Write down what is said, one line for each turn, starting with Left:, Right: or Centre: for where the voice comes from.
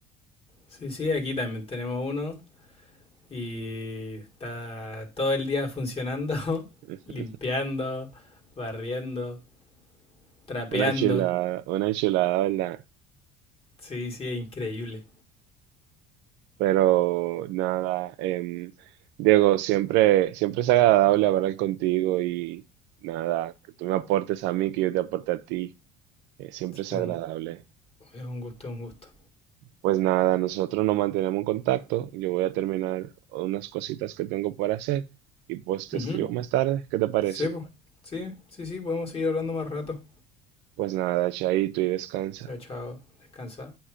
Left: Sí, sí, aquí también tenemos uno y está todo el día funcionando, <laughs>
Right: <laughs>
Left: limpiando, barriendo, trapeando.
Right: Una chulada, una chulada, ¿verdad?
Left: Sí, sí, es increíble.
Right: Pero nada, em, Diego, siempre, siempre es agradable hablar contigo y nada, que tú me aportes a mí, que yo te aporte a ti, eh, siempre
Left: Sí,
Right: es agradable.
Left: un- es un gusto, es un gusto.
Right: Pues nada, nosotros nos mantenemos en contacto, yo voy a terminar unas cositas que tengo por hacer y pues te
Left: Ujú.
Right: escribo más tarde, ¿qué te parece?
Left: Sí, po. Sí, sí, sí, podemos seguir hablando más rato.
Right: Pues nada, chaito y descansa.
Left: Chao, chao. Descansa.